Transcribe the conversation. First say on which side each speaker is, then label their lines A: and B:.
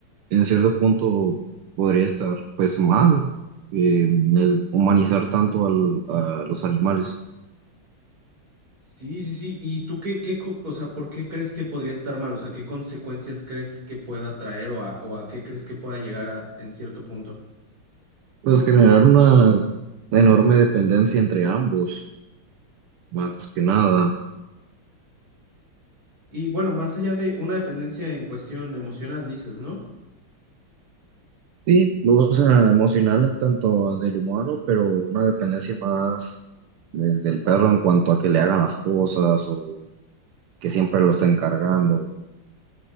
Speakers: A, on the right (about 80°); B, on the right (about 40°).
A: en cierto punto podría estar pues mal eh, el humanizar tanto al- a los animales.
B: Sí, sí, sí. ¿Y tú qué, qué, co- o sea, por qué crees que podría estar mal? O sea, ¿qué consecuencias crees que pueda traer o a, o a qué crees que pueda llegar a, en cierto punto?
A: Pues generar una enorme dependencia entre ambos, más que nada.
B: Y bueno, más allá de una dependencia en cuestión emocional, dices, ¿no?
A: Sí, o sea, emocional en tanto del humano, pero una dependencia más de- del perro en cuanto a que le hagan las cosas o que siempre lo estén cargando.